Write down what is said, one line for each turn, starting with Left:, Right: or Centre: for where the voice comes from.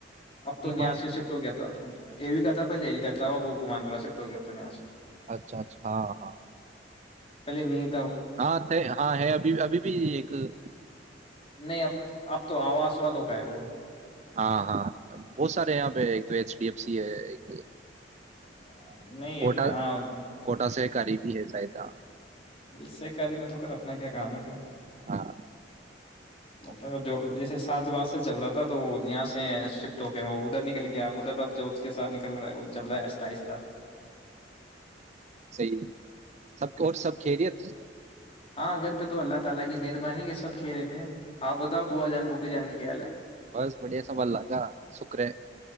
Left: اب تو
Right: وی
Left: یہاں
Right: مارٹ
Left: سے شفٹ ہو گیا تھا تو ا بھی کرتا پہلے درتاا بہ امان کوور شفٹ ہوگیات ن یہ
Right: اچھا اچھا ہاں ہاں
Left: پہلے نی
Right: ہاں ہاں ہے ابھی ابھی بھی ہاں
Left: نہیں اب اب تو آواز والو کا ہے وہ
Right: ہاں ہاں بہت سارے یہاں پہ ایک تو ایچ ڈی ایف سی ہے ایک
Left: نہیں
Right: کوٹا
Left: ہاں
Right: کوٹا سے قریبی ہے سایدہ
Left: سے کاری میں تو کر اپنا کیا کام ہے کیا
Right: ہاں،
Left: <inaudible> جیسے سات باز سے چل رہا تھا تو یہاں سے شفٹ ہو گئے وہ ادھر نکل گیا آپ ادھر اب جو اس کے ساتھ نکل رہا ہے وہ چل رہا ہے آہستہ آہستہ
Right: صحیح سب اور سب کھی رہی ہے <inaudible>
Left: ہاں گھر پہ تو اللہ تعالی کی مہربانی یہ سب کہہ رہے تھے آپ بتاؤ بو جان پھوپھی جان کی کیا حل ہے
Right: بس بڑھیا سب اللہ کا شکر ہے